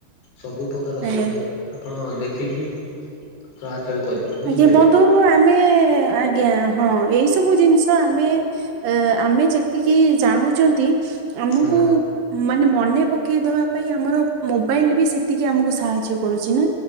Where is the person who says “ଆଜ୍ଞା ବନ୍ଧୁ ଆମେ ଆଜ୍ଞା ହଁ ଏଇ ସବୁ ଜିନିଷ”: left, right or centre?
Right